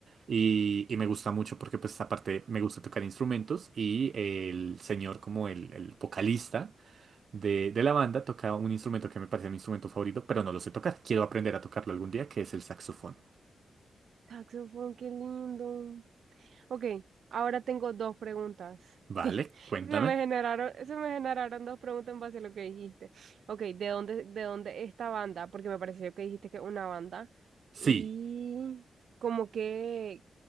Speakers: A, on the right; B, on the right.
A: y, y me gusta mucho porque pues aparte me gusta tocar instrumentos y el señor como el, el vocalista de, de la banda toca un instrumento que me parece mi instrumento favorito, pero no lo sé tocar, quiero aprender a tocarlo algún día, que es el saxofón.
B: Saxofón, qué lindo. Ok, ahora tengo dos preguntas.
A: Vale,
B: <laughs>
A: cuéntame.
B: Se me generaron, se me generaron dos preguntas en base a lo que dijiste. Ok, ¿de dónde, de dónde esta banda? Porque me pareció que dijiste que es una banda.
A: Sí.
B: Y como que,